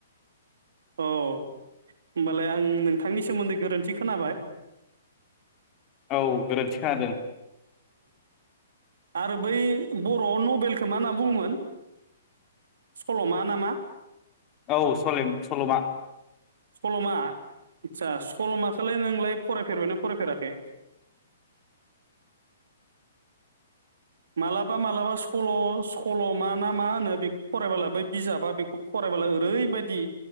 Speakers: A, on the right; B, on the left.
A: अ होमबालाय आं नोंथांनि सोमोन्दै गोरोन्थि खोनाबाय।
B: औ गोरोन्थि खोनादों।
A: आरो बै बर' नबेलखो मा होनना बुङोमोन सल'मा नामा?
B: औ सलेम-सल'मा।
A: सल'मा आदसा सल'माखोलाय नोंलाय फरायफेरबाय ना फरायफेराखै मालाबा मालाबा सल' स सल' मा ना मा होनो बेखौ फरायबोला बै बिजाबा बेखौ फरायबोला ओरैबायदि